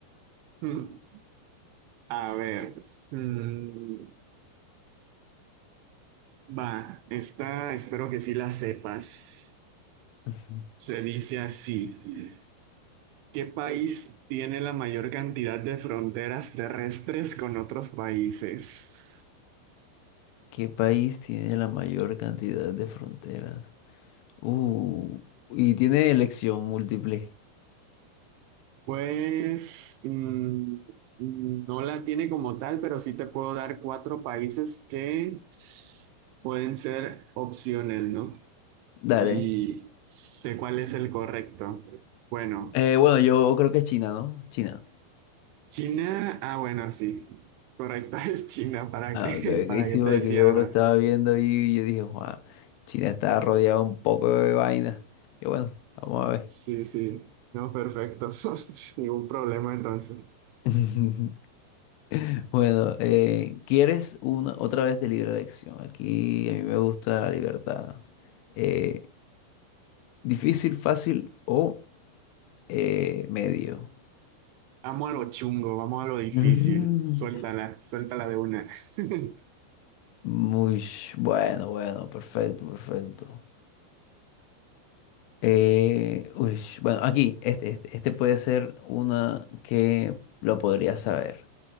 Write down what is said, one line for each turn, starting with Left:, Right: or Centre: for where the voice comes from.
Right: <laughs> A ver, mm, va, esta espero que sí la sepas.
Left: <laughs>
Right: Se dice así. ¿Qué país tiene la mayor cantidad de fronteras terrestres con otros países?
Left: ¿Qué país tiene la mayor cantidad de fronteras? Uh, y tiene elección múltiple.
Right: Pues mm, no la tiene como tal, pero sí te puedo dar cuatro países que pueden ser opciones, ¿no?
Left: Dale.
Right: Y sé cuál es el correcto. Bueno,
Left: Eh, bueno, yo creo que es China, ¿no? China.
Right: China, ah, bueno, sí. Correcto <laughs> es China, ¿para
Left: Ah,
Right: qué?
Left: ok, ok,
Right: <laughs> ¿Para
Left: sí,
Right: qué te
Left: porque
Right: decía,
Left: yo
Right: verdad?
Left: lo estaba viendo y yo dije, "Guau, China está rodeada un poco de vaina. Y bueno, vamos a ver.
Right: Sí, sí. No, perfecto. <laughs> Ningún problema entonces.
Left: <laughs> <laughs> Bueno, eh, ¿quieres una otra vez de libre elección? Aquí a mí me gusta la libertad. Eh, ¿difícil, fácil o eh, medio? <laughs>
Right: Vamos a lo chungo, vamos a lo difícil.
Left: Mm.
Right: Suéltala, suéltala de una. <laughs>
Left: Muy bueno, bueno, perfecto, perfecto. Eh, uy, bueno, aquí, este, este, este puede ser una que lo podría saber.